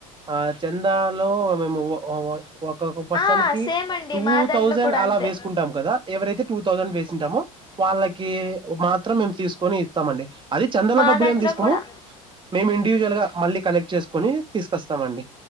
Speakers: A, on the right; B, on the left.
A: ఆ చందాలో మేము ఒ ఒ ఒక్కొక్క పర్సన్
B: ఆ
A: కి
B: సేమ్ అండి
A: టూ
B: మా దాంట్లో
A: థౌసండ్
B: కూడా
A: అలా
B: అంతే
A: వేసుకుంటాం కదా ఎవరైతే టూ థౌండ్ వేసింటాము వాళ్ళకి మాత్ త్రం మేము తీసుకొని ఇస్తామండి. అది చందల
B: మా
A: డబ్బులు
B: దాంట్లో
A: ఏం తీసుకోము,
B: కూడా
A: మేము ఇన్ డివిజువల్గా మల్లి కలెక్ట్ చేస్కొనీ తీసుకొస్తమండి.